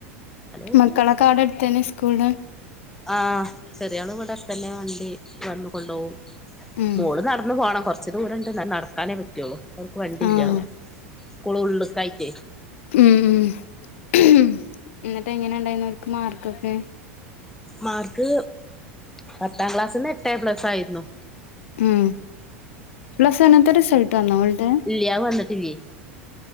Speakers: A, in the centre; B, on the left.
A: ഒരു
B: മക്കളൊക്കെ അവിടെ അടുത്ത് തന്നെ സ്കൂള്.
A: ആഹ് ചെറിയാള് ഇവിടെ തന്നെയാ വണ്ടി. വന്നുകൊണ്ടു പോവും,
B: ഉം
A: മോള് നടന്നു പോണം കൊറച്ച്. ഇച്ചിരി ദൂരമുണ്ട് എന്നാല് നടക്കാനേ പറ്റുള്ളൂ, അവർക്ക് വണ്ടിയില്ല
B: ആഹ്
A: അങ്ങനെ സ്കൂള് ഉള്ളക്കൊയിട്ടേ.
B: ഉം ഉം എന്നിട്ട് എങ്ങനെ ഉണ്ടായിരുന്നു അവർക്ക് മാർക്ക് ഒക്കെ.
A: മാർക്ക് പത്താം ക്ലാസിന്ന് എട്ട് എ പ്ലസ് ആയിരുന്നു.
B: ഉം പ്ലസ് വണ്ണുത്തെ റിസൾട്ട്‌ വന്നോ ഓളുടെ.
A: ഇല്ല്യാ വന്നിട്ടില്ല്യ,